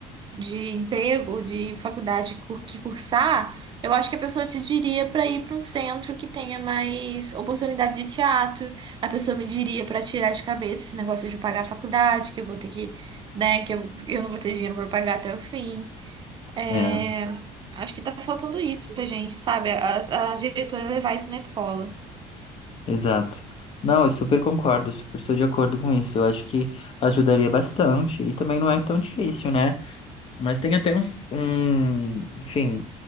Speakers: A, on the right; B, on the left.
A: de emprego, de faculdade cu- que cursar, eu acho que a pessoa te diria para ir para um centro que tenha mais oportunidade de teatro. A pessoa me diria para tirar de cabeça esse negócio de pagar a faculdade, que eu vou ter que, né, que eu, eu não vou ter dinheiro para pagar até o fim. É,
B: É,
A: acho que tá faltando isso pra gente, sabe? A, a diretora levar isso na escola.
B: exato. Não, eu super concordo, super estou de acordo com isso. Eu acho que ajudaria bastante e também não é tão difícil, né? Mas tem até uns, um, enfim,